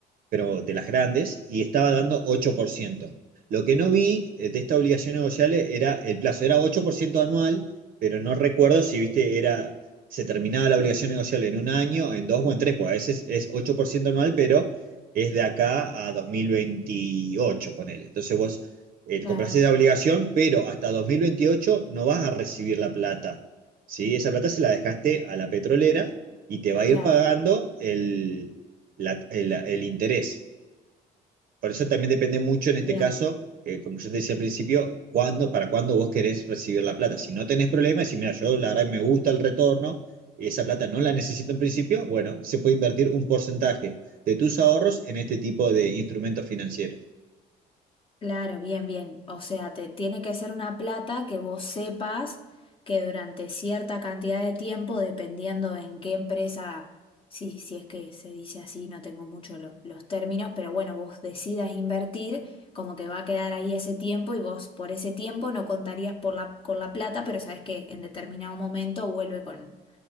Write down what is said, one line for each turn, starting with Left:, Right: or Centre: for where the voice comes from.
Right: pero de las grandes, y estaba dando ocho por ciento Lo que no vi eh, de esta obligación negociable era el plazo, era 8% anual, pero no recuerdo si, viste, era, se terminaba la obligación negociable en un año, en dos o en tres, pues a veces es 8% anual, pero es de acá a 2028, ponele. Entonces vos eh,
Left: Claro,
Right: compras esa obligación, pero hasta 2028 no vas a recibir la plata, ¿sí? Esa plata se la dejaste a la petrolera y te va
Left: claro,
Right: a ir pagando el, la- el, el interés. Por eso también depende mucho en este
Left: bien.
Right: caso, eh, como yo te decía al principio, cuándo, para cuándo vos querés recibir la plata. Si no tenés problemas, si mira, yo la verdad me gusta el retorno y esa plata no la necesito en principio, bueno, se puede invertir un porcentaje de tus ahorros en este tipo de instrumentos financieros.
Left: Claro, bien, bien. O sea, te tiene que ser una plata que vos sepas que durante cierta cantidad de tiempo, dependiendo en qué empresa, sí, si es que se dice así, no tengo mucho lo- los términos, pero bueno, vos decidas invertir, como que va a quedar ahí ese tiempo y vos por ese tiempo no contarías por la, con la plata, pero sabes que en determinado momento vuelve con,